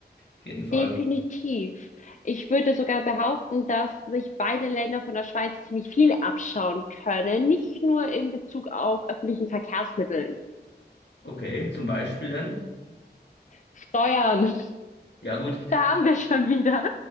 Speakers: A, on the left; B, on the left.
A: Auf jeden Fall.
B: Definitiv. Ich würde sogar behaupten, dass sich beide Länder von der Schweiz ziemlich viel abschauen können, nicht nur in Bezug auf öffentlichen Verkehrsmitteln.
A: Okay, zum Beispiel dann.
B: Steuern, <laughs>
A: Ja gut,
B: da haben wir schon wieder